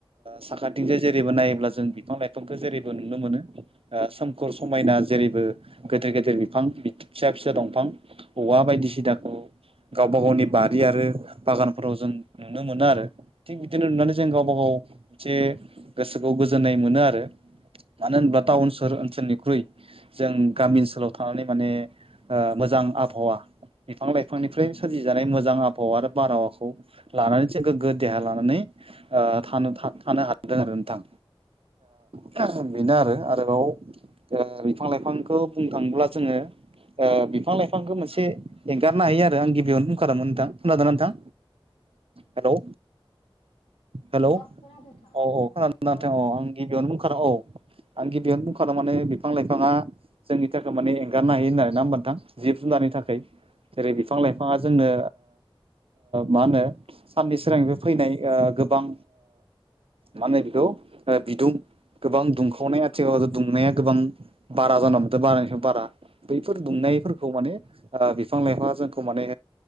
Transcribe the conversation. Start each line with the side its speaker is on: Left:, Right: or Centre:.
Right: साखाथिंजोंाय जेरैबो नायोब्ला जों बिफां लाइफांखौ जेरैबो नुनो मोनो सोमखोर समायना जेरैबो गेदेर गेदेर बिफां फिसा फिसा दंफां औवा बायदिसिनाखौ गावबा गावनि बारि आरो बागानफोराव जों नुनो मोनो आरो। थिग बिदिनो नुनानै जों गावबा गाव मोनसे गोसोखौ गोजोननाय मोनो आरो। मानो होनोबब्ला टाउन सह ओनसोलनिख्रुइ जों गामि ओनसोलाव थानानै माने मोजां आबहावा बिफां लाइफांनिफ्रायनो सोरजिजानाय मोजां आबहाव आरो बारहावाखौ लानानै जों गोग्गो देहा लानानै थानो थानो हादों आरो नोंथां। द बेनो आरो आरोबाव दा बिफां लाइफांखौ बुंनो थाङोब्ला जोङो। बिफां लाइफांखौ मोनसे एंगारनो हायो आरो आं गिबियावनो बुंखारोमोन नोंथां खलाादों नोंथां। हेल' हेलौ औ
Left: अ खोनादों नोंथां
Right: औ खोनानोाथों
Left: हेलौ
Right: औ आं गिबियावनो बुंखार औ। आं गिबियावनो बुंखादों माने बिफां लाइफाङा जोंनि थाखाय माने एंगारनो हायो होननानै ना मोनथां जिब जुनारनि थाखाय जेरै बिफां
Left: औ
Right: लाइफाङा जोंनो मा होनो साननि सिगांनि बे फैनाय गोबां माो बेखौ बिदुं गोबां दुंखावनाय आथिखालावथ' दुंनाया गोबां बारा जान मोनदों बारानिफ्राय बारा बैफोर दुंनायफोरखौ
Left: औ
Right: माने बिफां लाइफाङा जोंखौ माने